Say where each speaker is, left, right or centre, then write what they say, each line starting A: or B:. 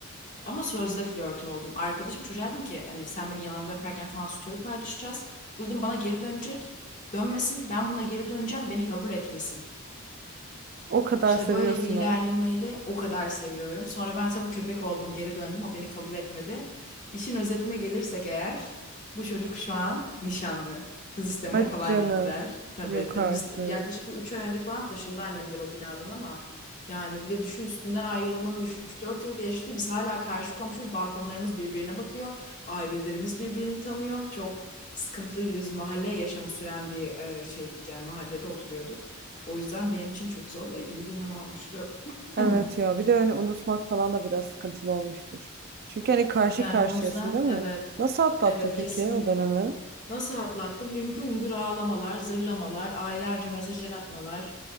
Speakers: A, on the left; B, on the right.
A: ama sözde flört oldum. Arkadaşım çocuğa dedim ki hani sen beni yalandan öperken falan story paylaşacağız. Bu dedim bana geri dönecek. Dönmesin ben buna geri döneceğim beni kabul etmesin.
B: O kadar
A: İşte
B: seviyorsun
A: böyle bir ilerlemeyle
B: ha.
A: o kadar seviyorum. Sonra ben tabii köpek oldum, geri döndüm. O beni kabul etmedi. İşin özetine gelirsek eğer, bu çocuk şu an nişanlı. Kız istemeye
B: Hadi
A: falan
B: canım.
A: gittiler. Tabii
B: Yok
A: tabii
B: artık.
A: biz yaklaşık bir 3 ay önce falan taşındı annemdir o binadan ama yani bir de düşün üstünden ayrılmanın üç dört yıl geçti. Biz hala karşı komşuyuz. Balkonlarımız birbirine bakıyor. Ailelerimiz birbirini tanıyor. Çok sıkıntılıydı. Biz mahalle yaşamı süren bir e, şeydik yani mahallede oturuyorduk. O yüzden benim için çok zorlayıcı bir dönem olmuştu.
B: Evet
A: <clears throat>
B: ya bir de hani unutmak falan da biraz sıkıntılı olmuştur. Çünkü hani karşı
A: Yani
B: karşıyasın
A: o yüzden
B: değil mi?
A: evet,
B: Nasıl atlattın
A: evet
B: peki
A: kesinlikle.
B: o dönemi?
A: Nasıl atlattım? Hüngür hüngür ağlamalar, zırlamalar, aylarca mesaj atmalar,